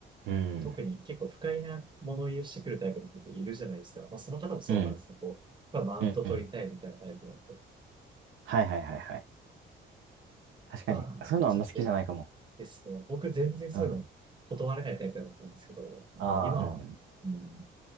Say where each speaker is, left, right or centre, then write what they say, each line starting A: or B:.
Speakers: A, on the right (about 85°); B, on the right (about 25°).
A: うん。
B: 特に結構不快な物言いをしてくるタイプの人っているじゃないですか。まあ、その方もそうだったんですけど、
A: うん。
B: こうまあ、マウント取りたいみたいなタイプの人
A: うん。うん。はいはいはいはい。確かに。
B: は、
A: そういうのあんま好きじゃないかも。
B: ちょっとですね、僕全然そういうの断れないタイプだったんですけど、
A: うん。ああ、
B: まあ、今は、
A: うん。
B: うん、